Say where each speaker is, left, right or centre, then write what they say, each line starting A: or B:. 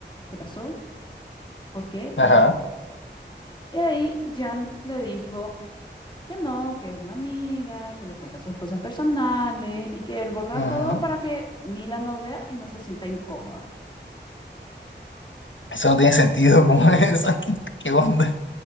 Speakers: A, on the left (about 25°); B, on the left (about 85°).
A: ¿Qué pasó? ¿Por qué? ¿Para
B: ajá.
A: qué? Y ahí Jan le dijo que no, que es una amiga, que le cuenta sus cosas personales y que él borra
B: ujú.
A: todo para que Mila no vea y no se sienta incómoda.
B: Eso no tiene sentido, <laughs> ¿cómo es eso? <laughs> ¿Qué onda?